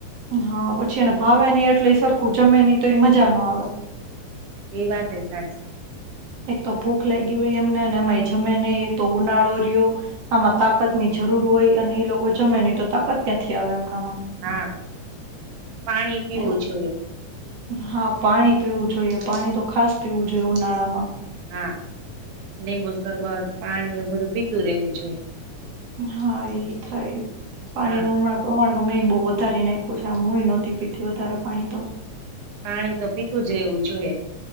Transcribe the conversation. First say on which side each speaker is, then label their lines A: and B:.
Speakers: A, on the right; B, on the right.
A: હા પછી એને ભાવે ની એટલે એ સરખું જમે ની તો એ મજા ન આવે.
B: એ વાત એ સાચી.
A: એક તો ભૂખ લાગી હોય એમને એમાં જમે નહી એક તો ઉનાળો રહ્યો આમાં તાકત ની જરૂર હોય અને એ લોકો જમે નહી તો તાકાત ક્યાંથી આવે એમનામા.
B: હા પાણી પીવું
A: એવું
B: જોઈએ
A: હા પાણી પીવું જોઈએ પાણી તો ખાસ પીવું જોઈએ ઉનાળામાં
B: હા લીંબુ શરબત, પાણી એવું બધું પીતું રહેેવું જોઈએ
A: હા ઈ થાય પાણી
B: હા
A: નુ હમણાં પ્રમાણ. <unintelligible> મેં એ બહુ વધારી નાખ્યું છે, આ હું નહોતી પીતી વધારે પાણી તો
B: પાણી તો પીતું જ રહેવું જોઈએ